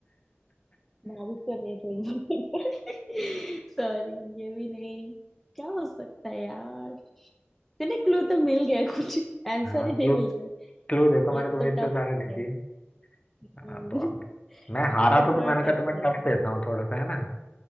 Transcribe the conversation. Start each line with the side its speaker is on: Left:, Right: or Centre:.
Centre: बारिश तो नहीं थोड़ी सॉरी ये भी नहीं क्या हो सकता है यार तेरे क्लू तो मिल गया कुछ आंसर
Left: हाँ
Centre: ही
Left: क्लू
Centre: नहीं मिल रहा है।
Left: क्लू देखो मैंने
Centre: ये
Left: तुम्हें
Centre: तो
Left: इतने
Centre: टफ
Left: सारे दे
Centre: है
Left: दिए
Centre: हम्म,
Left: हाँ तो अब मैं हारा
Centre: ये तो
Left: तो
Centre: थोड़ा
Left: तो मैंने
Centre: टफ
Left: कहा तुम्हें
Centre: वाला
Left: टफ देता हूँ थोड़ा सा है ना